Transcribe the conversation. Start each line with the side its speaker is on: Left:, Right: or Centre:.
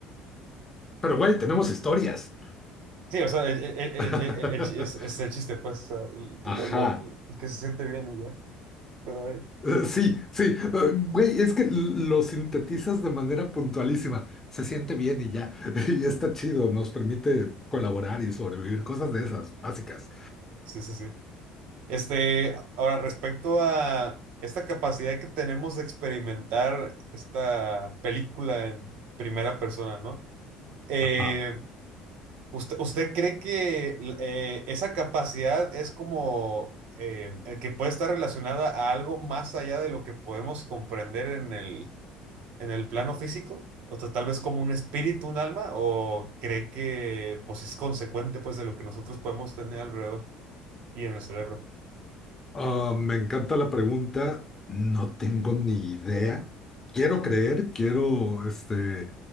Left: Pero, güey, tenemos historias.
Right: Sí, o sea, el- el- el-
Left: <laughs>
Right: el- el chi- es, es el chiste, pues, o sea, lo,
Left: Ajá.
Right: lo- que se siente bien y ya, pero eh,
Left: Eh, Sí, sí, eh, güey, es que l- lo sintetizas de manera puntualísima, se siente bien y ya, <laughs> y está chido, nos permite colaborar y sobrevivir, cosas de esas, básicas.
Right: sí, sí, sí. Este, ahora, respecto a esta capacidad que tenemos de experimentar esta película en primera persona, ¿no? Eh,
Left: Ajá.
Right: ¿usted, usted cree que eh, esa capacidad es como eh, que puede estar relacionada a algo más allá de lo que podemos comprender en el en el plano físico? O sea, tal vez como un espíritu, un alma, o cree que pues es consecuente pues de lo que nosotros podemos tener alrededor y en el cerebro.
Left: Ah, me encanta la pregunta, no tengo ni idea, quiero creer, quiero, este,